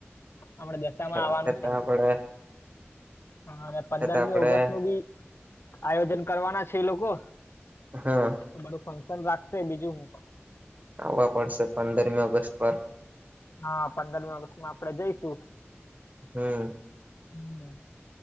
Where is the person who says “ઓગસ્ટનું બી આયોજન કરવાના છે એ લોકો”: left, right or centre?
Left